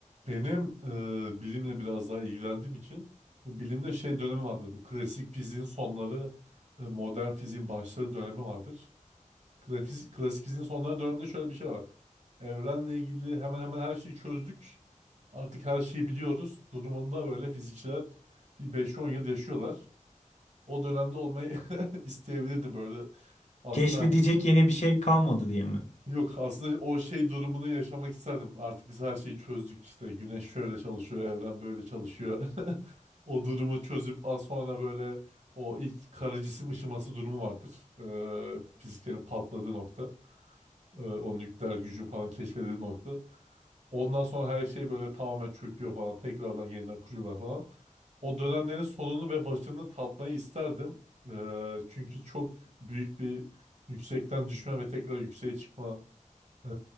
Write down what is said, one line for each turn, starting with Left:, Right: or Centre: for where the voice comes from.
Right: Benim e, bilimle biraz daha ilgilendiğim için bu bilimde şey dönemi vardır. Bu klasik fiziğin sonları, e, modern fiziğin başları dönemi vardır. Klasik, klasik fiziğin sonları döneminde şöyle bir şey var. Evrenle ilgili hemen hemen her şeyi çözdük. Artık her şeyi biliyoruz. Durumunda böyle fizikçiler bir beş on yıl yaşıyorlar. O dönemde olmayı <laughs> isteyebilirdim böyle. Aslında
Left: Keşfedecek yeni bir şey kalmadı diye mi?
Right: Yok aslında o şey durumunu yaşamak isterdim. Artık biz her şeyi çözdük işte. Güneş şöyle çalışıyor, evren böyle çalışıyor. <laughs> O durumu çözüp az sonra böyle o ilk kara cisim ışıması durumu vardır. Ee, fiziklerin patladığı nokta. Ee, o nükleer gücün falan keşfedildiği nokta. Ondan sonra her şey böyle tamamen çöküyor falan. Tekrardan yeniden kuruyorlar falan. O dönemlerin sonunu ve başını tatmayı isterdim. Ee, çünkü çok büyük bir yüksekten düşme ve tekrar yükseğe çıkma e,